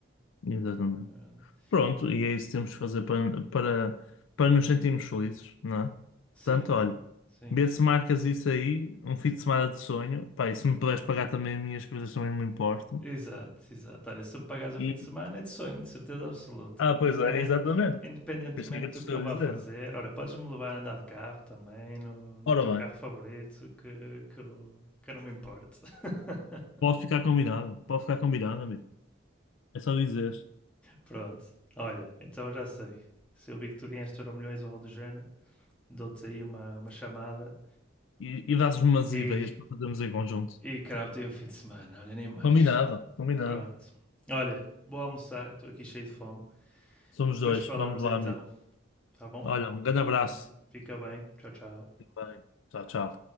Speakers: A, on the left; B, in the centre.
A: Exatamente.
B: É verdade.
A: Pronto, e é isso
B: E-
A: que temos que fazer para, para, para nos sentirmos felizes, não é?
B: sim,
A: Portanto, olha,
B: sim.
A: vê se marcas isso aí, um fim de semana de sonho. Pá, e se me puderes pagar também as minhas coisas, também não me importo.
B: Exato, exato. Olha, se me pagares o
A: E...
B: fim de semana é de sonho, de certeza absoluta.
A: Ah, pois
B: Independente,
A: é, exatamente.
B: independentemente
A: Por isso é que eu
B: do
A: te estou
B: que eu
A: a
B: vá
A: dizer.
B: fazer. Olha, podes-me levar a andar de carro também, no, no
A: Ora
B: teu
A: bem,
B: carro favorito, que, que, eu, que eu não me importo. <laughs>
A: pode ficar combinado, pode ficar combinado, amigo. É só dizer.
B: Pronto. Olha, então já sei. Se eu vi que tu ganhaste euro milhões ou algo do género, dou-te aí uma, uma chamada
A: E, e dás-me umas
B: e,
A: ideias para fazermos em conjunto.
B: e cravo-te aí o fim de semana. Olha, nem mais.
A: Combinado, combinado.
B: Pronto. Olha, vou almoçar, estou aqui cheio de fome.
A: Somos
B: Depois
A: dois,
B: falamos
A: vamos lá,
B: então,
A: amigo.
B: tá bom?
A: Olha, um grande abraço.
B: Pronto. Fica bem. Tchau, tchau.
A: Fique bem. Tchau, tchau.